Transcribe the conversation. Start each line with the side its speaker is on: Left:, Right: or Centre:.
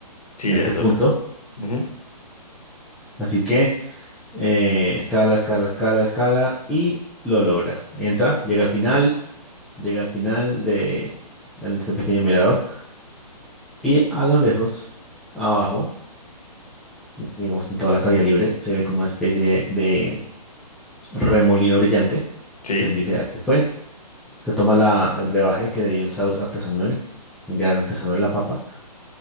Left: Sí,
Centre: en
Left: ya
Centre: este
Left: es
Centre: punto,
Left: hora. Ujú,
Centre: así que Eh, escala, escala, escala, escala y lo logra. Entra, llega al final, llega al final de ese pequeño mirador y a lo lejos, abajo, digamos en toda la calle libre, se ve como una especie de, remolino brillante.
Left: sí.
Centre: Entonces dice, aquí fue. Se toma la, el brebaje que le dio el Saus artesanal, el gran artesano de la papa,